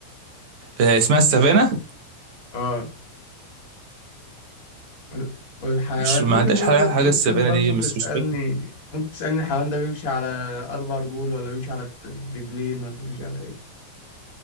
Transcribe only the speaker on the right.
إيه اسمها السفينه
مش ما
عندهاش
حاجه حاجه
السفينه
دي مش
سسبكت